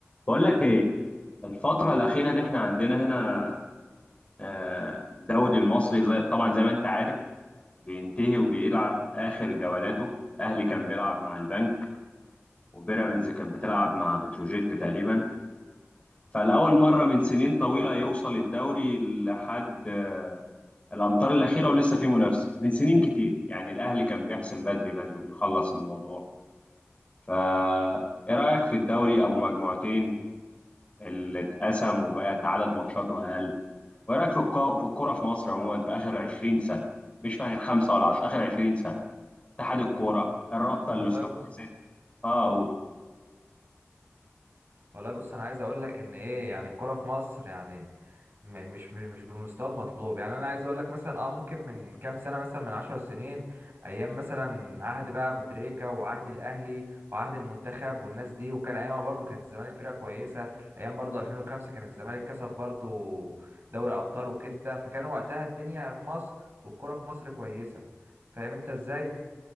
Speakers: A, on the left; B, on the right.
A: بقول لك ايه الفترة الأخيرة دي احنا عندنا هنا آه، الدوري المصري زي طبعا زي ما انت عارف بينتهي وبيلعب آخر جولاته الأهلي كان بيلعب مع البنك وبيراميدز كانت بتلعب مع بتروجيت تقريبا فلأول مرة من سنين طويلة يوصل الدوري لحد آه، الأمتار الأخيرة ولسه في منافسة من سنين كتير يعني الأهلي كان بيحسم بدري بدري وبيخلص الموضوع فا إيه رأيك في الدوري أبو مجموعتين اللي اتقسم وبقت عدد ماتشاته أقل وإيه رأيك في الكو- في الكورة في مصر عموما في آخر 20 سنة مش في آخر خمسة ولا 10 آخر 20 سنة اتحاد الكورة الرابطة
B: والله
A: اللي استحدثت
B: بص
A: اه أقول
B: والله بص انا عايز اقول لك ان ايه يعني الكرة في مصر يعني م- مش ب- مش بالمستوى المطلوب يعني انا عايز اقول لك مثلا اه ممكن من كام سنة مثلا من عشر سنين ايام مثلا عهد بقى ابو تريكة وعهد الاهلي وعهد المنتخب والناس دي وكان ايامها برضو كانت الزمالك فرقة كويسة ايام برضو 2005 كان الزمالك كسب برضو دوري ابطال وكده فكان وقتها الدنيا في مصر والكرة في مصر كويسة فاهم انت ازاي